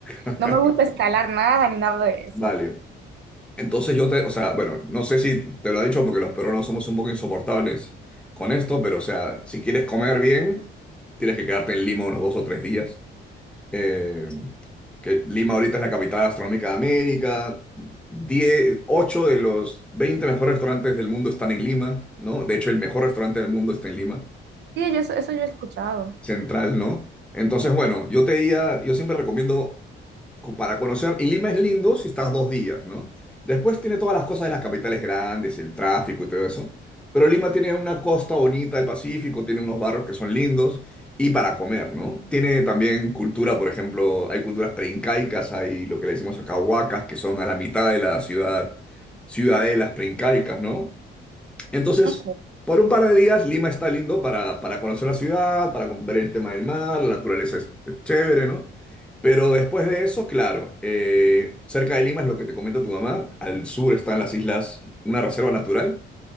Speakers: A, in the centre; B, on the right (about 60°).
A: <laughs>
B: No me gusta escalar nada ni nada de eso.
A: Vale. Entonces yo te, o sea, bueno, no sé si te lo he dicho porque los peruanos somos un poco insoportables con esto, pero o sea, si quieres comer bien, tienes que quedarte en Lima unos dos o tres días. eh, que Lima ahorita es la capital gastronómica de América. 10, 8 de los 20 mejores restaurantes del mundo están en Lima, ¿no? De hecho, el mejor restaurante del mundo está en Lima
B: Sí, yo, eso, eso yo he escuchado.
A: central, ¿no? Entonces, bueno, yo te diría, yo siempre recomiendo co- para conocer, y Lima es lindo si estás dos días, ¿no? Después tiene todas las cosas de las capitales grandes, el tráfico y todo eso, pero Lima tiene una costa bonita del Pacífico, tiene unos barrios que son lindos y para comer, ¿no? Tiene también cultura, por ejemplo, hay culturas preincaicas, hay lo que le decimos acá huacas, que son a la mitad de la ciudad, ciudadelas preincaicas, ¿no? Entonces,
B: Ok,
A: por un par de días, Lima está lindo para, para conocer la ciudad, para ver el tema del mar, la naturaleza es, es chévere, ¿no? Pero después de eso, claro, eh, cerca de Lima es lo que te comenta tu mamá, al sur están las islas, una reserva natural